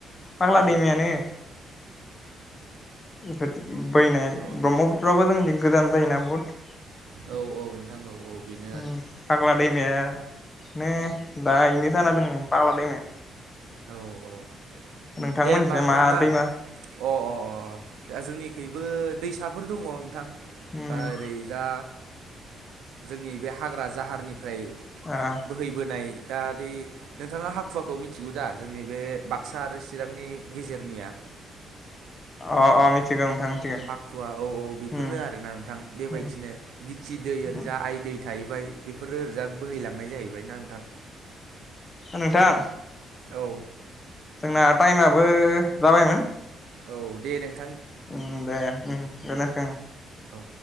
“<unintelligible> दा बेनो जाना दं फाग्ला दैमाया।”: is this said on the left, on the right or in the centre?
Left